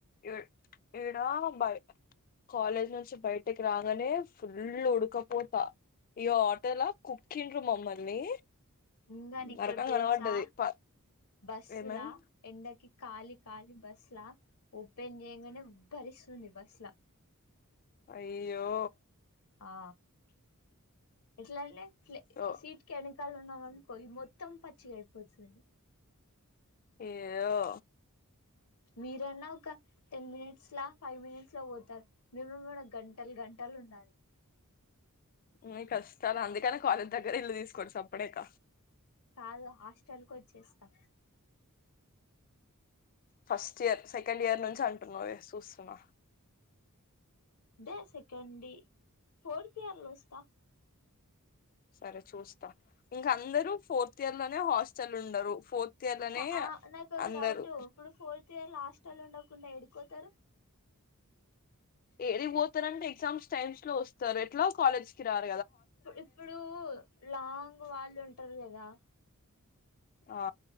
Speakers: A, on the left (about 40°); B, on the left (about 80°).
A: ఏ ఏడా బై కాలేజ్ నుంచి బయటికి రాగానే ఫుల్ ఉడకపోత ఇగ ఆటోల కుక్కిండ్రు మమ్మల్ని
B: ఇంగా నీకోటి
A: నరకం
B: తెలుసా
A: కనబడ్డది ప
B: బస్సుల
A: ఏమన్
B: ఎండకి కాలి ఖాళీ బస్ లా ఓపెన్ చేయంగానే ఉబ్బదిస్తుంది ఉబ్బదిస్తుంది బస్ లా
A: అయ్యో
B: ఆ క్కళ్ళు
A: ఓ
B: ఉన్నాం అనుకో ఇది మొత్తం పచ్చిగా అయిపోతుంది
A: ఏదో
B: మీరన్న ఒక టెన్ మినిట్స్ లా ఫైవ్ మినిట్స్ లో పోతారు మేమేమన్నా గం టలు గంటలు ఉండాలి.
A: ఉమ్ ఈ కష్టాలు అందుకనే కాలేజ్ దగ్గర ఇల్లు తీసుకోండి సప్పుడేక
B: కాదు హాస్టల్ కొచ్చేస్తా
A: ఫస్ట్ ఇయర్ సెకండ్ ఇయర్ నుంచి అంటున్నావే సూస్తున్నా.
B: ద సెకండి ఫోర్త్ ఇయర్ లో వస్తా.
A: సరే చూస్తా ఇంక అందరు ఫోర్త్ ఇయర్ లోనే హాస్టల్ ఉండరు. ఫోర్త్ ఇయర్ లోనే
B: కా ఆ నాకు ఒక
A: అందరు
B: డౌట్ ఇప్పుడు ఫోర్త్ ఇయర్ లాస్ స్టల్లో ఉండకుండా ఏడికిపోతారు.
A: ఏడికి పోతారంటే ఎగ్జామ్స్ టైమ్స్ లో వస్తారు ఎట్లా కాలేజ్ కి రార్
B: ఇప్పుడు లాంగ్ వాళ్ళు ఉంటారు కదా.
A: ఆ